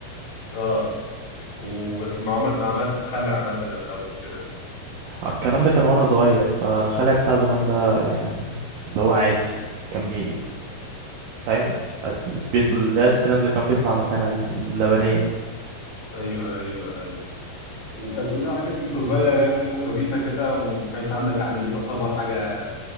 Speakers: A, on the left; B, on the right.
A: اه وبس ما عمرك ما عملت خلع مثلا او كده
B: آه، الكلام ده كان وانا صغير فالخلع بتاع زمان ده يعني اللي هو عادي كان بي فاهم أس- بيطلع
A: امم
B: لا السنان اللي كان بيطلع مكانها دي اللبنية
A: ايوه ايوه ايوه وكانت كلها حاجات وانت صغير يعني وخفيفه كده وما كانش عندك يعني ايه تعتبر حاجه